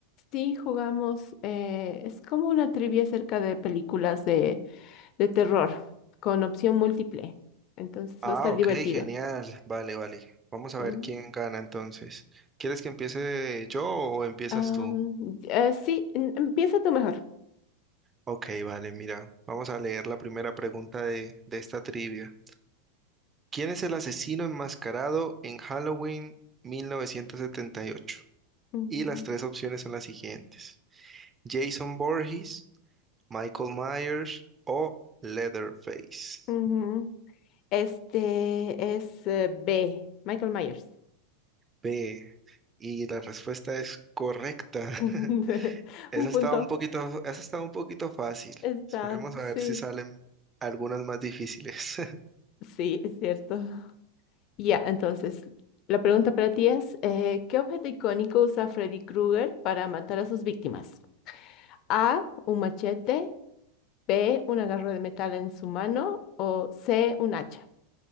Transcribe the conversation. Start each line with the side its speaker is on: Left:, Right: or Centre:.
Left: Sí, jugamos, eh, es como una trivia acerca de películas de, de terror con opción múltiple, entonces
Right: Ah,
Left: va a estar
Right: ok,
Left: divertido.
Right: genial, vale, vale. Vamos a
Left: Mm,
Right: ver quién gana entonces. ¿Quieres que empiece yo o empiezas
Left: am,
Right: tú?
Left: eh, sí, em- empieza tú mejor.
Right: Ok, vale, mira, vamos a leer la primera pregunta de, de esta trivia. ¿Quién es el asesino enmascarado en Halloween 1978? Y ocho?
Left: Mm,
Right: Y las tres opciones son las siguientes. Jason Voorhees, Michael Myers o Leatherface.
Left: ujú. Este es eh, B, Michael Myers.
Right: B. Y la respuesta es correcta. <laughs>
Left: <laughs>
Right: Esa
Left: Un punto.
Right: estaba un poquito, esa estaba un poquito fácil.
Left: Está,
Right: Esperemos a
Left: sí,
Right: ver si salen algunas más difíciles. <laughs>
Left: sí, es cierto. Ya, entonces, la pregunta para ti es, eh, ¿qué objeto icónico usa Freddy Krueger para matar a sus víctimas? A, un machete, B, una garra de metal en su mano o C, un hacha.